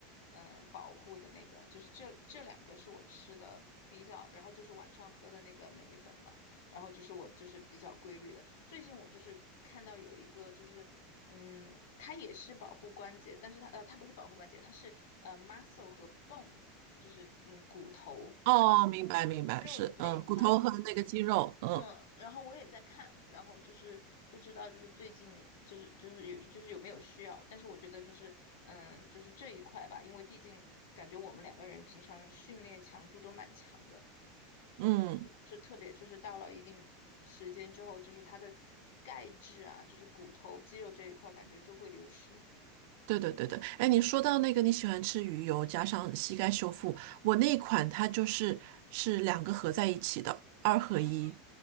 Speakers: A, on the left; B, on the right.
A: 嗯、保护的那个，就是这这两个是我吃的比较，然后就是晚上喝的那个镁粉嘛，然后就是我就是比较规律的，最近我就是看到有一个就是，嗯，它也是保护关节，但是它呃它不是保护关节，它是呃 muscle 和 bone。就是嗯骨头、
B: 哦，明白明白，
A: 肌肉那一块的。
B: 是，嗯，骨头和那个肌肉，嗯
A: 嗯，然后我也在看，然后就是不知道就是最近就是就是有就是有没有需要，但是我觉得就是嗯就是这一块吧，因为毕竟感觉我们两个人平常训练强度都蛮强的，
B: 嗯。
A: 是特别就是到了一定时间之后，就是它的钙质啊，就是骨头肌肉这一块感觉就会流失。
B: 对对对对，哎，你说到那个你喜欢吃鱼油加上膝盖修复，我那一款它就是是两个合在一起的，二合一，
A: 啊，